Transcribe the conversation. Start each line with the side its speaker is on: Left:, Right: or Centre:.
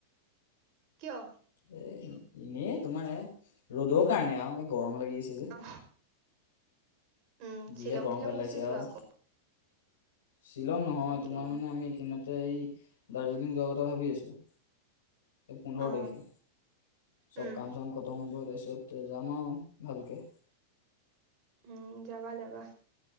Right: কিয়?
Left: এ এনেই তোমাৰ এয়া ৰ'দৰ কাৰণে আৰু এই গৰম লাগি আছে যে।
Right: অহ, উম
Left: যিহে
Right: শ্বিলং
Left: গৰম
Right: টিলং
Left: পেলাইছে
Right: গুচি যোৱা
Left: আৰু
Right: আক।
Left: শ্বিলং নহয়
Right: তাকে
Left: তোমাৰ মানে আমি এইকেইদিনতে এই দাৰ্জিলিং যোৱাৰ কথা ভাবি আছো। এই পোন্ধৰ
Right: অ
Left: তাৰিখে চব
Right: উম
Left: কাম চাম খতম হ'ব তাৰপিছত যাম আও ভালকে।
Right: উম যাবা যাবা।